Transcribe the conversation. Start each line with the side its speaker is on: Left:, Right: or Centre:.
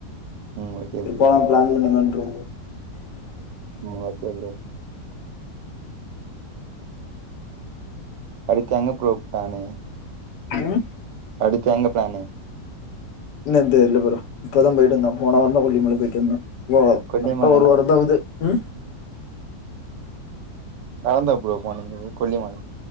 Right: ம் ஓகே
Left: திருப்பல்லா
Right: ப்ரோ
Left: பிளான் இல்லங்க ப்ரோ
Right: ம் ஓகே ப்ரோ அடுத்து எங்க ப்ரோ ப்ளான்னு
Left: ம்
Right: அடுத்து எங்க ப்ளானு
Left: இன்னு தெர்ல ப்ரோ. இப்பதா போய்ட்டு வந்த. போன வாரதா கொல்லிமல போய்ட்டு வந்த. ஏ
Right: கொல்லிமலைனா
Left: கரெக்ட்டா ஒரு வாரந்தா ஆவ்து ம்
Right: நடந்தா ப்ரோ போனீங்க கொல்லிமல